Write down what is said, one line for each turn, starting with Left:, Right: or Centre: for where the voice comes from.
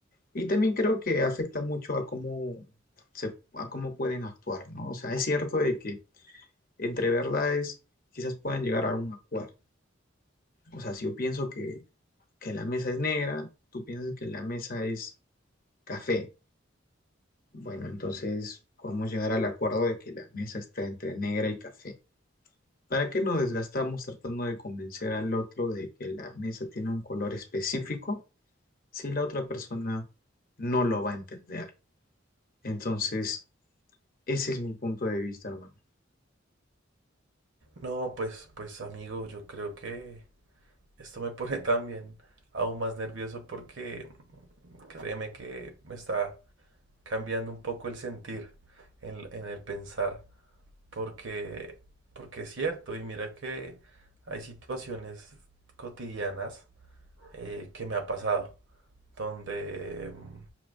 Left: y también creo que afecta mucho a cómo se, a cómo pueden actuar, ¿no? O sea, es cierto de que entre verdades quizás puedan llegar a un acuerdo. O sea, si yo pienso que, que la mesa es negra, tú piensas que la mesa es café. Bueno, entonces podemos llegar al acuerdo de que la mesa está entre negra y café. ¿Para qué nos desgastamos tratando de convencer al otro de que la mesa tiene un color específico si la otra persona no lo va a entender? Entonces, ese es mi punto de vista, hermano.
Right: No, pues, pues amigo, yo creo que esto me pone <laughs> también aún más nervioso porque mm, créeme que me está cambiando un poco el sentir en, en el pensar, porque, porque es cierto, y mira que hay situaciones cotidianas eh, que me ha pasado, donde, mm,